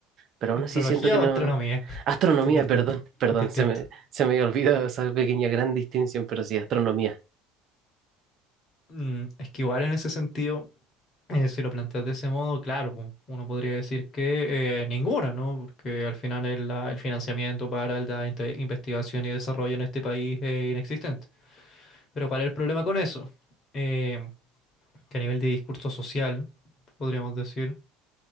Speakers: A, on the right (about 45°); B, on the left (about 35°).
A: Pero aún
B: Astrología
A: así siento que no...
B: o astronomía, <laughs>
A: Astronomía,
B: son distintos,
A: perdón, <laughs> perdón,
B: son distintos.
A: se me, se me había olvidado esa pequeña gran distinción, pero sí, astronomía.
B: Mm, es que igual en ese sentido, eh, si lo planteas de ese modo, claro, pu, uno podría decir que eh, ninguna, ¿no? Porque al final el, la- el financiamiento para la inte- investigación y desarrollo en este país es inexistente. Pero ¿cuál es el problema con eso? Eh, que a nivel de discurso social, podríamos decir.